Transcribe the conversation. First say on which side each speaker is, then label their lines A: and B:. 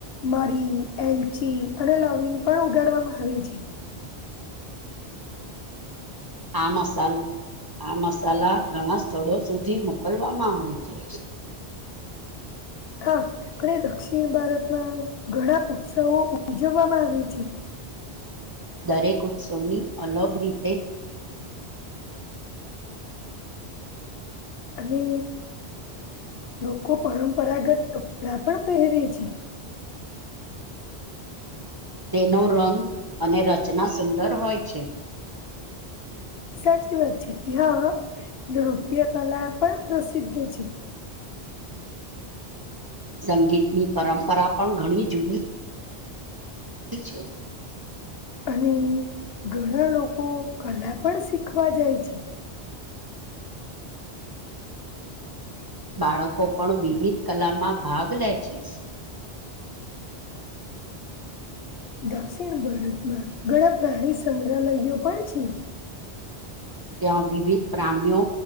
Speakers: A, on the left; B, on the right.
A: મરી એલચી અને લવિંગ પણ ઉગાડવામાં આવે છે
B: આ મસાાલ આ મસાલા ઘણા સ્થળો સુધી મોકલવામાં આવે છે
A: હા અને દક્ષિણ ભારતમાં ઘણા ઉત્સવો ઉજવવામાં આવે છે
B: દરેક ઉત્સવની અલગ રીતે
A: અને લોકો પરંપરાગત કપડા પણ પહેરે છે
B: તેનો રંગ અને રચના સુંદર હોય છે
A: સાચી વાત છે ત્યાં નૃત્ય કલા પણ પ્રસિદ્ધ છે
B: સંગીતની પરંપરા પણ ઘણી જૂની ઠીક છે
A: અને ઘણા લોકો કલા પણ શીખવા જાય છે
B: બાળકો પણ વિવિધ કલામાં ભાગ લે છે
A: દક્ષિણ ભારતમાં ઘણા પ્રાણી સંગ્રહાલયોયો પણ છે
B: ત્યાં વિવિધ પ્રાણીઓ